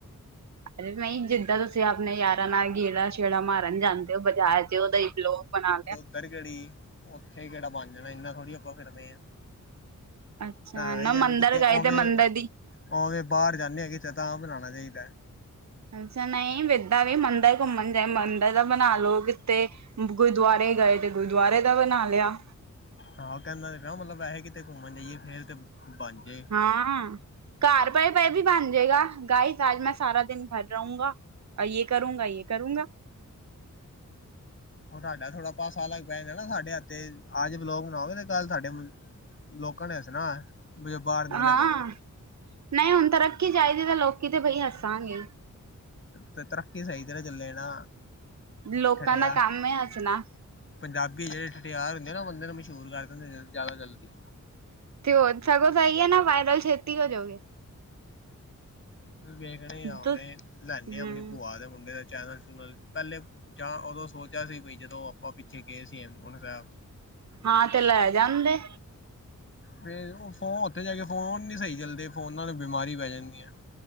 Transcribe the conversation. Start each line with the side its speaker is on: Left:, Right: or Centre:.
Right: ਅਰੇ ਨਹੀਂ ਜਿੱਦਾਂ ਤੁਸੀਂ ਆਪਣੇ ਯਾਰਾਂ ਨਾਲ ਗੇੜਾ ਸ਼ੇੜਾ ਮਾਰਨ ਜਾਂਦੇ ਤੇ ਉਹ ਬਾਜਾਰ ਚ ਉਹਦਾ ਇੱਕ ਲੋ ਬਣਾ ਲਿਆ।
Left: ਇੱਧਰ ਕਿਹੜੀ ਉੱਥੇ ਕਿਹੜਾ ਬਣ ਜਾਣਾ ਇਨਾ ਥੋੜ੍ਹੀ ਆਪਾਂ ਫਿਰਦੇ ਆ
Right: ਅੱਛਾ
Left: ਸਾਰੇ
Right: ਨਾ
Left: ਜਨੇ
Right: ਮੰਦਿਰ
Left: ਕਿਤੇ
Right: ਗਏ
Left: ਉਵੇਂ-ਉਵੇਂ
Right: ਤੇ ਮੰਦਿਰ ਦੀ
Left: ਬਾਹਰ ਜਾਂਨੇ ਆ ਕਿਤੇ ਤਾਂ ਬਣਾਣਾ ਚਾਹੀਦਾ।
Right: ਅੱਛਾ ਨਹੀਂ ਇਦਾਂ ਵੀ ਮੰਦਰ ਘੁੰਮਣ ਜਾਏ ਮੰਦਰ ਦਾ ਬਣਾ ਲਓ ਕਿਤੇ ਗੁਰਦੁਆਰੇ ਗਏ ਤੇ ਗੁਰਦੁਆਰੇ ਦਾ ਬਣਾ ਲਿਆ।
Left: ਹਾਂ ਉਹ ਕਹਿੰਦਾ ਸੀਗਾ ਮਤਲਬ ਵੈਸੇ ਕਿਤੇ ਘੁੰਮਣ ਜਾਈਏ ਫੇਰ ਤੇ ਬਣ ਜੇ
Right: ਹਾਂ-ਹਾਂ ਘਰ ਪਏ-ਪਏ ਵੀ ਬਣ ਜੇਗਾ। ਗਾਈਜ ਅੱਜ ਮੈਂ ਸਾਰਾ ਦਿਨ ਗਰ ਰਹੂੰਗਾ। ਯੇ ਕਰੂੰਗਾ, ਯੇ ਕਰੂੰਗਾ
Left: ਹੁਣ ਸਾਡਾ ਥੋੜਾ ਪਾਸਾ ਅਲੱਗ ਵੈ ਨਾ ਸਾਡੇ ਹੱਥ ਤੇ ਅੱਜ ਬਲੋਗ ਬਣਾਉਂਦੇ ਤੇ ਕੱਲ ਸਾਡੇ ਲੋਕਾਂ ਨੇ ਹੱਸਣਾ ਬ ਬਾਹਰ ਨਿਕਲੇ
Right: ਹਾਂ,
Left: ਕਰੋ
Right: ਨਹੀਂ ਹੁਣ ਤਰੱਕੀ ਚਾਈਦੀ ਤੇ ਲੋਕੀਂ ਤੇ ਬਈ ਹੱਸਾਂਗੇ
Left: ਤੇ ਤਰੱਕੀ ਸਹੀ ਤਰਾ ਚੱਲੇ ਨਾ
Right: ਲੋਕਾਂ
Left: ਠਟਿਆ
Right: ਦਾ ਕੰਮ ਹੈ ਹੱਸਣਾ।
Left: ਪੰਜਾਬੀ ਜਿਹੜੇ ਠਠਿਆਰ ਹੁੰਦੇ ਆ ਨਾ ਉਹ ਬੰਦੇ ਨੂੰ ਮਸ਼ਹੂਰ ਕਰ ਦਿੰਦੇ ਆ ਜ਼ਿਆਦਾ ਜਲਦੀ
Right: ਤੇ ਉਹ ਸਗੋਂ ਸਹੀ ਹੈ ਨਾ ਵਾਇਰਲ ਛੇਤੀ ਹੋ ਜਾਓਗੀ।
Left: ਵੇਖਣੇ ਆ ਆਪਨਣੇ
Right: ਤੁ
Left: ਲੈੇਨੇ
Right: ਹਮ
Left: ਆ ਆਪਣੀ ਭੂਆ ਦੇ ਮੁੰਡੇ ਦਾ ਚੈਨਲ-ਚੂਨਲ ਪਹਿਲੇ ਜਾਂ ਉਦੋਂ ਸੋਚਿਆ ਸੀ। ਬਈ ਜਦੋਂ ਆਪਾਂ ਪਿੱਛੇ ਗਏ ਸੀ। ਹੇਮਕੁੰਡ ਸਾਬ
Right: ਹਾਂ ਤੇ ਲੈ ਜਾਂਦੇ
Left: ਫਿਰ ਉਹ ਫੋਨ, ਉੱਥੇ ਜਾ ਕੇ ਫੋਨ ਨੀ ਸਹੀ ਚੱਲਦੇ ਫੋਨਾ ਨੂੰ ਬਿਮਾਰੀ ਪੈ ਜਾਂਦੀ ਆਂ